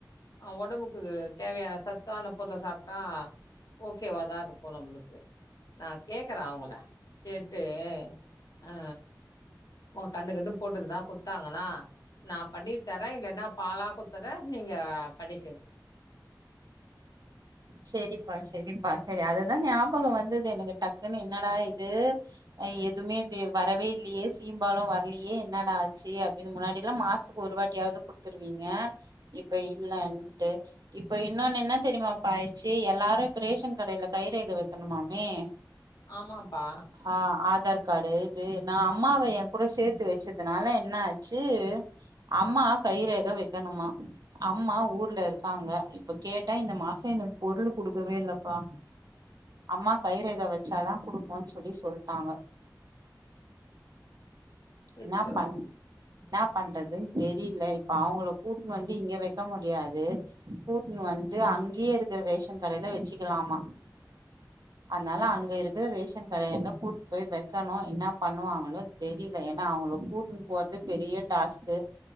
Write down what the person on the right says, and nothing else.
செரிப்பா செரிப்பா செரி அதுதா ஞாபகம் வந்தது எனக்கு டக்குன்னு என்னடா இது எதுவுமே தே வரவே இல்லயே சீம்பாலும் வர்லையே என்னடா ஆச்சு அப்டின்னு முன்னாடில்லாம் மாச ஒரு வாட்டியாவது குடுத்துருவீங்க இப்ப இல்லன்ட்டு இப்ப இன்னோன்னு என்ன தெரியுமாப்பாயச்சு எல்லாரு இப்ப ரேஷன் கடையில கைரேகை வைக்கணுமாமே
ஆ ஆதார் கார்டு இது நா அம்மாவை என் கூட சேத்து வச்சதுனால என்ன ஆச்சு அம்மா கைரேக வைக்கணுமா அம்மா ஊர்ல இருக்காங்க இப்ப கேட் டே இந்த மாசொ எனக்கு பொருள் குடுக்கவே இல்லப்பா அம்மா கைரேகை வச்சாதா குடுப்போன்னு சொல்லி சொல்ட்டாங்க
என்னா பண் என்னா பண்றதுன் தெரியில இப்ப அவுங்களுக் கூட்ன்னு வந்து இங்க வைக்க முடியாது கூட்ன்னு வந்து அங்கயே இருக்கிற ரேஷன் கடையில வச்சுக்கலாமா அதனால அங்க இருக்கிற ரேஷன் கடையல்ல கூட்டிட்டு போய் வைக்கணு என்ன பண்ணுவாங்களோ தெரியல ஏனா அவுங்கள கூட்ன்னு போறது பெரிய டாஸ்க்கு